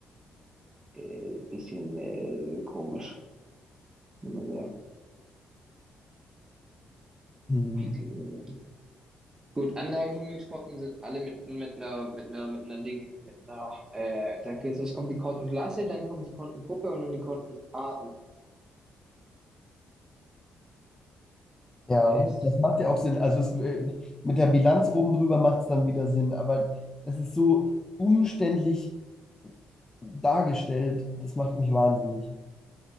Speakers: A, on the right; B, on the left.
A: äh, bisschen äh, komisch, muss man sagen.
B: Hm.
A: Ach, die Güte. Gut, Anlagevermögenskonten sind alle mit, mit einer, mit einer, mit einer Ding, mit einer, äh, da geht's, es kommt die Kontenklasse, dann kommt die Kontengruppe und dann die Kontenarten.
B: Ja,
A: Heißt,
B: das macht ja auch Sinn. Also es, äh, mit der Bilanz oben drüber macht es dann wieder Sinn. Aber das ist so umständlich dargestellt, das macht mich wahnsinnig.